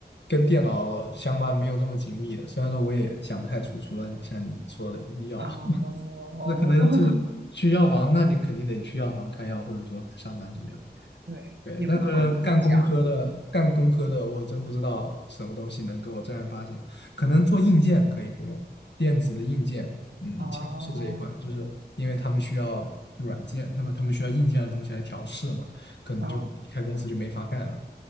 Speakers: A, on the left (about 80°); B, on the right (about 80°).
A: 跟电脑相关没有这么紧密的。虽然说我也想不太出，除了像你说的医药，
B: 哦，
A: <laughs> 那可能做去药房，
B: <laughs>
A: 那你肯定得去药房开药，或者说上班什么的。
B: 对对，
A: 对，
B: 也不可能在家。
A: 但是干工科的，干工科的，我真不知道什么东西能给我正儿八经。可能做硬件可以不用，电子的硬件，嗯，
B: 哦
A: 其实是这一块，就是因为他们需要软件，他们他们需要硬件的东西来调试嘛，可能就离开公司就没法干了。
B: 哦